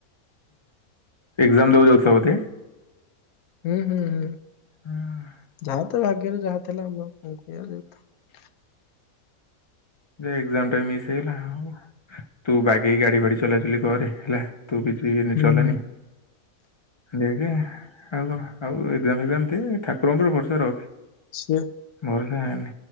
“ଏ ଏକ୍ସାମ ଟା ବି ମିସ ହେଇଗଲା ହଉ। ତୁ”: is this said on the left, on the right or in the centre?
Left